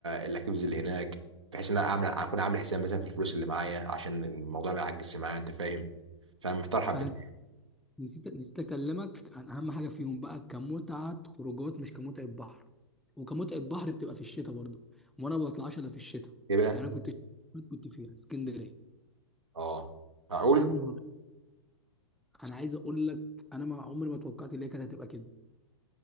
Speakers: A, on the right (about 75°); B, in the centre.
A: الاكتيفيتيز اللي هناك بحيث ان انا اعمل اكون عامل حساب مثلا في الفلوس اللي معايا عشان الموضوع ما يعجزش معايا انت فاهم فمحتار حبتين
B: انا نسيت نسيت اكلمك عن اهم حاجه فيهم بقى كمتعه خروجات مش كمتعه بحر وكمتعه بحر بتبقى في الشتاء برضه وانا ما بطلعش الا في الشتاء
A: ايه بقى
B: يعني انا كنت كنت فيها اسكندريه
A: اه معقول
B: يا نهار انا عايز اقول لك انا ما عمري ما توقعت ان هي كانت هتبقى كده